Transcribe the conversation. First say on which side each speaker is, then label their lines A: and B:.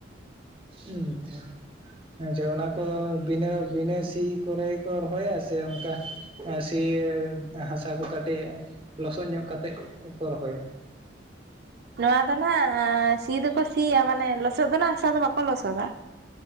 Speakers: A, on the right (about 30°); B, on the right (about 55°).
A: <unintelligible> ᱟᱪᱷᱟ ᱟᱪᱷᱟ ᱚᱱᱟ ᱠᱚ ᱵᱤᱱᱟ. ᱵᱤᱱᱟᱹ ᱥᱤ ᱠᱚᱨᱮ ᱠᱚ ᱨᱚᱦᱚᱭᱟ ᱥᱮ ᱚᱱᱠᱟ <unintelligible> ᱥᱤ ᱦᱟᱥᱟ ᱠᱚ ᱠᱟᱹᱴᱼᱟ ᱞᱚᱥᱚᱫ ᱧᱚᱜ ᱠᱟᱛᱮᱫ ᱠᱚ ᱨᱚᱦᱚᱭᱟ
B: ᱱᱚᱣᱟ ᱫᱚ ᱱᱟᱜ ᱥᱤ ᱫᱚᱠᱚ ᱥᱤᱭᱟ ᱢᱟᱱᱮ ᱞᱚᱥᱚᱫ ᱫᱚ ᱦᱟᱥᱟ ᱫᱚ ᱵᱟᱠᱚ ᱞᱚᱥᱚᱫᱟ